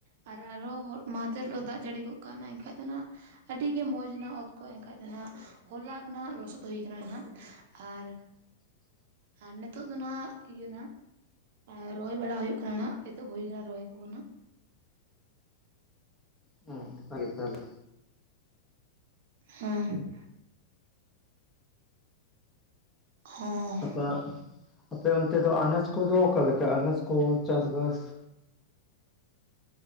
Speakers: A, on the right; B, on the left.
A: ᱟᱨ ᱟᱨᱦᱚᱸ ᱢᱟᱦᱫᱷᱮᱨ ᱞᱳᱜ ᱫᱟᱜ ᱡᱟᱹᱲᱤ ᱜᱚᱜ ᱠᱟᱣᱱᱟ ᱮᱱᱠᱷᱟᱡ ᱫᱚ ᱱᱟᱸᱜ, ᱟᱹᱰᱤ ᱜᱮ ᱢᱚᱡᱽ ᱱᱟ ᱚᱛ ᱠᱚ ᱮᱱᱠᱷᱟᱡ ᱫᱚ ᱱᱟᱜ ᱦᱚᱞᱟᱜ ᱱᱟᱜ ᱞᱚᱥᱚᱫ ᱦᱩᱭ ᱠᱟᱱᱟ ᱱᱟᱦᱟᱸᱜ ᱟᱨ,
B: <inaudible>
A: ᱟᱨ ᱱᱮᱛᱳᱜ ᱫᱚ ᱱᱟᱦᱟᱸᱜ ᱤᱭᱟᱹ ᱱᱟᱸᱜ, ᱟᱨ ᱨᱚᱦᱚᱭ ᱵᱟᱲᱟ ᱦᱩᱭᱳᱜ ᱠᱟᱱᱟ ᱱᱟᱜ ᱮᱛᱚᱵ ᱦᱩᱭ ᱠᱟᱱᱟ ᱨᱚᱦᱚᱭ ᱠᱚᱱᱟᱜ᱾
B: ᱦᱩᱸ <unintelligible> ᱛᱟᱦᱞᱮ᱾
A: ᱦᱮᱸ ᱦᱚᱸ᱾
B: <unintelligible> ᱟᱯᱮ ᱚᱱᱛᱮ ᱫᱚ ᱟᱱᱟᱡᱽ ᱠᱚᱫᱚ ᱚᱠᱟᱞᱮ ᱞᱮᱠᱟ ᱟᱱᱟᱡᱽ ᱠᱚ ᱪᱟᱥ ᱵᱟᱥ?